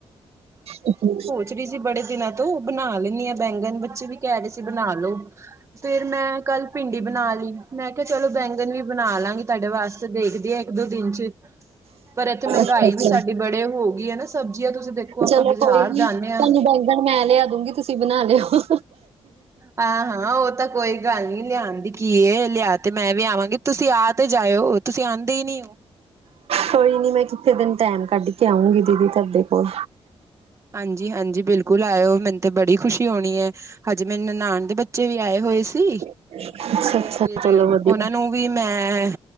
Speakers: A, on the right; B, on the right.
A: ਓ ਹੋ
B: ਚਰੀ ਜੀ, ਬੜੇ ਦਿਨਾਂ ਤੋਂ ਬਣਾ ਲੈਂਦੀ ਆਂ ਬੈਂਗਨ ਬੱਚੇ ਵੀ ਕਹਿ ਰਹੇ ਸੀ ਬਣਾ ਲੋ। ਫੇਰ ਮੈਂ ਕੱਲ- ਭਿੰਡੀ ਬਣਾ ਲਈ ਮੈਂ ਕਿਹਾ ਚਲੋ ਬੈਂਗਣ ਵੀ ਬਣਾ ਲਾਂਗੀ ਤੁਹਾਡੇ ਵਾਸਤੇ ਦੇਖਦੀਏ ਇੱਕ- ਦੋ ਦਿਨ ਚ ਪਰ ਇੱਥੇ ਮਹਿੰਗਾਈ
A: ਅੱਛਾ-ਅੱਛਾ
B: ਵੀ ਸਾਡੀ ਬੜੇ ਹੋ ਗਈ ਐ ਨਾ। ਸਬਜ਼ੀਆਂ ਤੁਸੀਂ ਦੇਖੋ ਆਪਾਂ
A: ਚਲੋ
B: ਬਾਜ਼ਾਰ
A: ਕੋਈ ਨੀ
B: ਜਾਂਦੇ
A: ਤੁਹਾਨੂੰ
B: ਹਾਂ
A: ਬੈਗਣ ਮੈਂ ਲਿਆ ਦੂਗੀ ਤੁਸੀਂ ਬਣਾ ਲਿਓ।
B: ਆ-ਹਾ। ਉਹ ਤਾਂ ਕੋਈ ਗੱਲ ਨਈ ਲਿਆਉਣ ਦੀ ਕੀ ਲਿਆ ਤੇ ਮੈਂ ਵੀ ਆਵਾਂਗੀ ਤੁਸੀਂ ਆ ਤੇ ਜਾਇਓ ਤੁਸੀਂ ਆਦੇ ਈਨੀ ਓ।
A: ਕੋਈ ਨੀ ਮੈਂ ਕਿੱਥੇ ਦਿਨ ਟੈਮ ਕੱਢ ਕੇ ਆਵਾਗੀ ਦੀਦੀ ਤੁਹਾਡੇ ਕੋਲ।
B: ਹਾਂਜੀ -ਹਾਂਜੀ ਬਿਲਕੁਲ ਆਇਓ ਮੈਨੂੰ ਤੇ ਬੜੀ ਖੁਸ਼ੀ ਹੋਣੀ ਐ। ਹਜੇ ਮਰੀ ਨੰਨਾਣ ਦੇ ਬੱਚ ਬੇ ਵੀ ਆਏ ਹੋਏ ਸੀ।
A: <inaudible>
B: ਤੇ ਫੇਰ
A: ਚਲੋ ਵਧੀਆ
B: ਓਨਾਂ ਨੂੰ ਵੀ ਮੈਂ